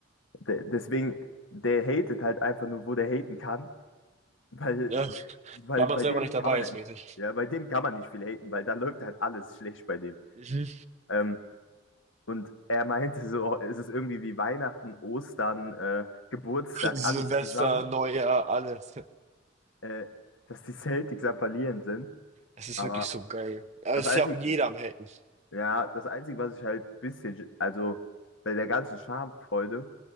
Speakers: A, on the left (about 70°); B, on the right (about 35°).
A: De, deswegen, der hatet halt einfach nur, wo der haten kann, weil,
B: ja.
A: weil
B: War man
A: bei
B: selber
A: dem
B: nicht dabei,
A: kann man
B: ist
A: halt
B: mäßig.
A: nicht, ja, bei dem kann man nicht viel haten, weil da läuft halt alles schlecht bei dem.
B: Mhm.
A: Ähm, und er meinte so, oh, es ist irgendwie wie Weihnachten, Ostern, äh, Geburtstag,
B: Silvester,
A: alles zusammen,
B: Neujahr, alles.
A: äh, dass die Celtics am Verlieren sind.
B: Es ist
A: Aber
B: wirklich so geil. Aber
A: das
B: es
A: Einzige,
B: ist ja auch jeder am Helden.
A: Ja, das Einzige, was ich halt ein bisschen, also bei der ganzen Schamfreude,